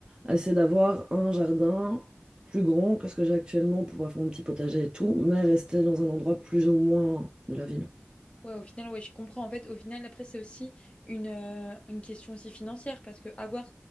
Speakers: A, on the right; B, on the left.
A: Essayer d'avoir un jardin plus grand que ce que j'ai actuellement, pouvoir faire mon petit potager et tout, mais rester dans un endroit plus ou moins de la ville.
B: Ouais, au final, ouais, je comprends. En fait, au final, après, c'est aussi une, euh, une question aussi financière parce que avoir,